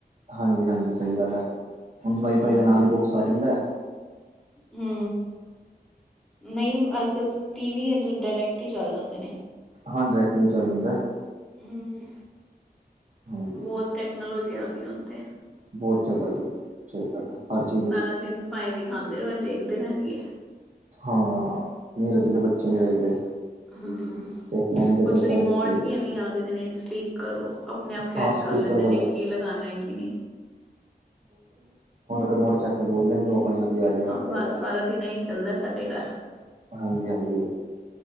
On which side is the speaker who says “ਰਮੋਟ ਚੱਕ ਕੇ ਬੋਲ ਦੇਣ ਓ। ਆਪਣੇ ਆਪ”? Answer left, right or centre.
Right